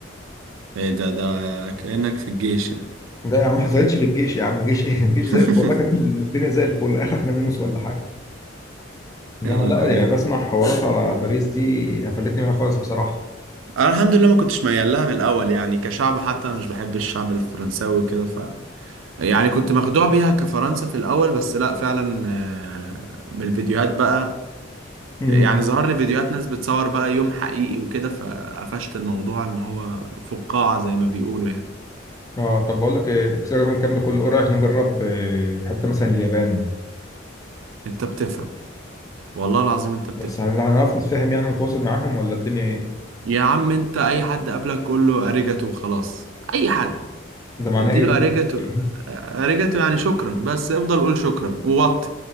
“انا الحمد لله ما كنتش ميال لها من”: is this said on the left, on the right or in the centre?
Right